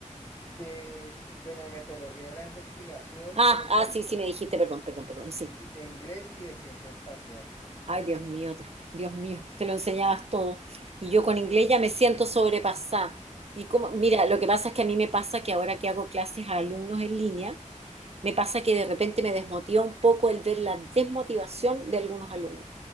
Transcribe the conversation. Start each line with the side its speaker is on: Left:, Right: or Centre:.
Left: De, bueno, de metodología de la investigación,
Right: Ah,
Left: eh,
Right: ah,
Left: también,
Right: sí, sí, me dijiste, perdón, perdón, perdón,
Left: sí,
Right: sí.
Left: y de inglés y de ciencia espacial.
Right: Ay, Dios mío, te- Dios mío, te lo enseñabas todo. Y yo con inglés ya me siento sobrepasada. Y como, mira, lo que pasa es que a mí me pasa que ahora que hago clases a alumnos en línea, me pasa que de repente me desmotiva un poco el ver la desmotivación de algunos alumnos.